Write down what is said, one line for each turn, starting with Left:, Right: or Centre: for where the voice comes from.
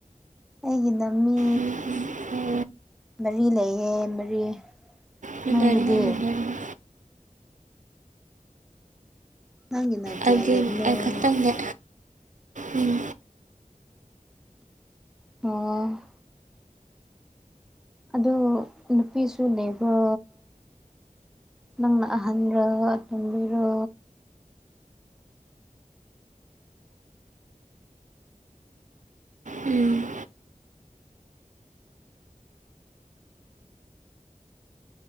Centre: ꯑꯩꯒꯤꯅ ꯃꯤ
Right: ꯎꯝ ꯎꯝ ꯑꯣ
Centre: ꯃꯔꯤ ꯂꯩꯌꯦ ꯃꯔꯤ
Right: ꯅꯨꯡꯉꯥꯏꯔꯦ
Centre: ꯅꯪꯒꯤꯗꯤ
Right: ꯅꯨꯡꯉꯥꯏꯔꯦ
Centre: ꯅꯪꯒꯤꯅ ꯀꯌꯥꯂꯩꯕꯅꯣ
Right: ꯑꯩꯗꯤ ꯑꯩ ꯈꯛꯇꯪꯅꯦ ꯎꯝ
Centre: ꯑꯣ ꯑꯗꯨ ꯅꯨꯄꯤꯁꯨ ꯂꯩꯕ꯭ꯔꯣ ꯅꯪꯅ ꯑꯍꯟꯔꯣ ꯑꯇꯨꯝꯕꯤꯔꯣ
Right: ꯎꯝ